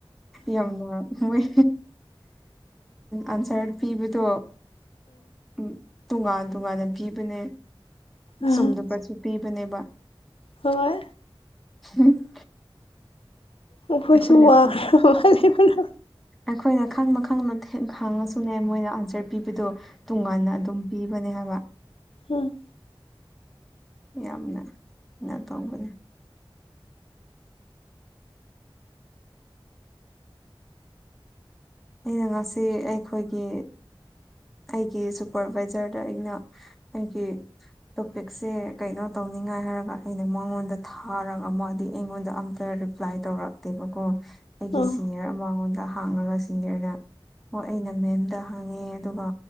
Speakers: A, in the centre; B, on the left.
A: ꯌꯥꯝꯅ ꯃꯣꯏ ꯑꯟꯁꯥꯔ ꯄꯤꯕꯗꯣ ꯎꯝ ꯇꯣꯉꯥꯟ ꯇꯣꯉꯥꯟꯅ ꯄꯤꯕꯅꯦ
B: ꯎꯝ
A: ꯆꯨꯝꯗ ꯄꯠꯁꯨ ꯄꯤꯕꯅꯦꯕ
B: ꯍꯣꯏ
A: ꯍꯝ
B: ꯑꯩꯈꯣꯏꯁꯨ
A: ꯑꯩꯈꯣꯏꯅ
B: ꯋꯥꯈ꯭ꯔ
A: ꯈꯪ
B: ꯃꯥꯕꯅ
A: ꯑꯩꯈꯣꯏꯅ ꯈꯪꯅ ꯈꯪꯅ ꯈꯥꯡꯉꯁꯨꯅꯦ ꯃꯣꯏꯅ ꯑꯟꯁꯔ ꯄꯤꯕꯗꯣ ꯇꯣꯉꯥꯟꯅ ꯑꯗꯨꯝ ꯄꯤꯕꯅꯦ ꯍꯥꯏꯕ
B: ꯍꯝ
A: ꯌꯥꯝꯅ ꯉ ꯇꯧꯕꯅꯦ ꯑꯩꯅ ꯉꯁꯤ ꯑꯩꯈꯣꯏꯒꯤ ꯑꯩꯒꯤ ꯁꯨꯄꯔꯚꯥꯏꯖꯔꯗ ꯑꯩꯅ ꯑꯩꯒꯤ ꯇꯣꯄꯤꯛꯁꯦ ꯀꯩꯅꯣ ꯇꯧꯅꯤꯡꯉꯥꯏ ꯍꯥꯏꯔꯒ ꯑꯩꯅ ꯃꯉꯣꯟꯗ ꯊꯥꯔꯒ ꯃꯥꯗꯤ ꯑꯩꯉꯣꯟꯗ ꯑꯝꯇ ꯐ꯭ꯂꯥꯏ ꯇꯧꯔꯥꯛꯇꯦꯕꯀꯣ ꯑꯩꯒꯤ
B: ꯎꯝ
A: ꯁꯤꯅꯤꯌꯔ ꯑꯃ ꯃꯉꯣꯟꯗ ꯍꯥꯡꯉꯒ ꯁꯤꯅꯤꯌꯔꯅ ꯍꯣꯏ ꯑꯩꯅ ꯃꯦꯝꯗ ꯍꯥꯡꯉꯦ ꯑꯗꯨꯒ